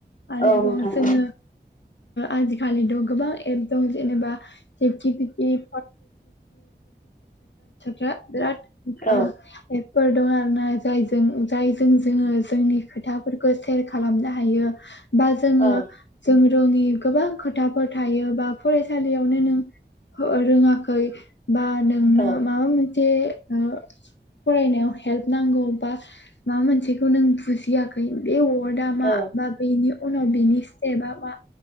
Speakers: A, on the left (about 80°); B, on the left (about 45°).
A: आरोबाव
B: औ नोंथां
A: जोङो आजिखालि दं गोबां एप दं जेनेबा बिदि बिराद
B: औ
A: आ एपफोर दं आरोना जायजों जायजों जोङो जोंनि खोथाफोरखौ सेयार खालामनो हायो बा जोङो
B: औ
A: जों रोङि गोबां खोथाफोर थायो बा फरायसालियावनो नों रोङाखै बा नोंनो
B: औ
A: माबा मोनसे फरायनायाव हेल्प नांगौ बा माबा मोनसेखौ नों बुजियाखै बे वार्डा मा
B: औ
A: बा बेैनि उनाव बिनि स्टेपा मा